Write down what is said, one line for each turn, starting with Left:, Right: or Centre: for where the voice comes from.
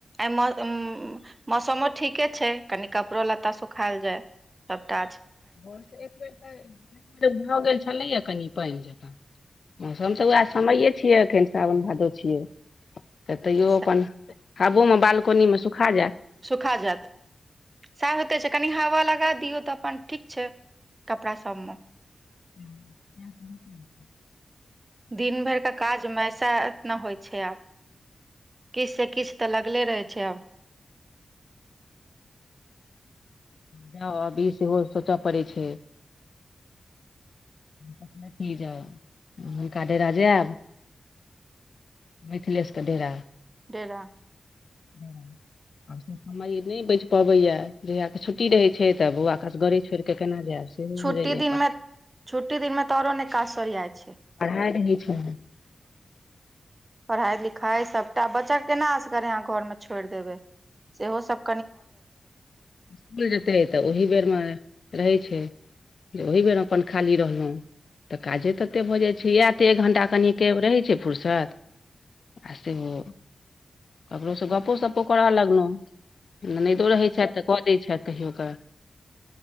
Right: आ म मौसमो ठीके छै कनि कपड़ो लत्ता सुखायल जाय सभ काज
Left: भोरसँ एक बेर तऽ एक बेर भऽ गेल छलैएा कनि पानि जकाँ मौसम त उएह समये छियै एखन साावन भादो छियै तऽ तैयो
Right: स-
Left: अपन हाबोमे बालकोनीमे सुखा जायत
Right: सुखा जायैत स होते छै कनि हवा लगा दियौ तऽ अपन ठीक छै कपड़ा सभमे
Left: हुँ हुँ हुँ
Right: दिन भर का काज मे साह एतना होइ छै आब किछ से किछ तऽ लगले रहै छै आब
Left: जा अभी सेहो सोचऽ पड़ै छै की जाउ हुनका डेरा जैब मिथिलेस के डेरा
Right: डेरा
Left: हुँ आ समय नहि बचि पबैय जहिया के छुट्टी रहै छै तऽ बौआ के असगरे छोड़ि कें केना जायब सेहो
Right: छुट्टी
Left: हो जाइय
Right: दिनमे
Left: पढ़
Right: छुट्टी दिनमे तऽ औरो नहि काज सरियाइ छै
Left: पढ़ाइ कें बीचमे <inaudible>
Right: पढ़ाई लिखाई सबटा बच्चा के केना असगरे यहा छोड़ि देबे सेहो सब
Left: स्कूल जेतै तऽ ओही बेरमे रहै छै जे ओहि बेर में अपन खाली रहलहुँ तऽ काजे ततेक भऽ जाइत छै इएह तऽ एक घण्टा कनिके रहैत छै फुरसत आ सेहो ककरो सँ गग्पो सप्पो करय लगलहुँ ननैदो रहैत छथि तऽ कऽ दे छत कहियौ कऽ